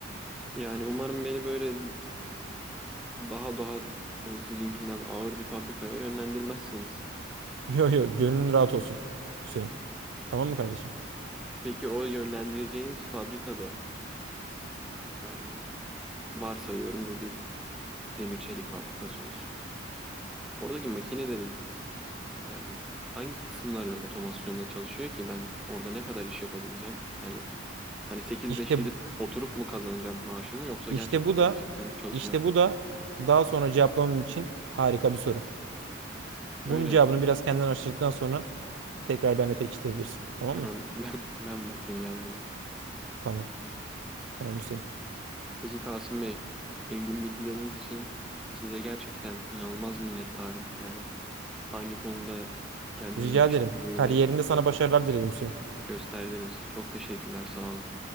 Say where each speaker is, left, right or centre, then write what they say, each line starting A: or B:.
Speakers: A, in the centre; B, on the right (about 70°).
A: Yani umarım beni böyle daha daha böyle sizinkinden ağır bir fabrikaya yönlendirmezsiniz.
B: <laughs> Yo yo gönlün rahat olsun Hüseyin. Tamam mı kardeşim?
A: Peki o yönlendireceğiniz fabrikada yani varsayıyorum bu bir demir çelik fabrikası olsun. Oradaki makinelerin yani hangi kısımları otomasyonla çalışıyor ki ben orada ne kadar iş yapabileceğim? Yani Hani sekiz
B: İşte
A: beş gidip
B: bu,
A: oturup mu kazanacağım maaşımı yoksa
B: işte
A: gerçekten
B: bu da
A: gerçekten çalışacak
B: işte bu
A: mıyım?
B: da daha sonra cevaplamam için harika bir soru.
A: Öyle
B: Bunun cevabını
A: mi?
B: biraz kendin araştırdıktan sonra Tekrar benimle pekiştirebilirsin. Tamam
A: Ha,
B: mı?
A: Ben, ben bakayım yani buna.
B: Tamam. Tamam Hüseyin.
A: Peki Kasım Bey, engin bilgileriniz için size gerçekten inanılmaz minnettarım. Yani hangi konuda kendimi
B: Rica
A: geliştireceğimi
B: ederim. Kariyerinde sana başarılar dilerim Hüseyin.
A: gösterdiniz. Çok teşekkürler, sağ olun.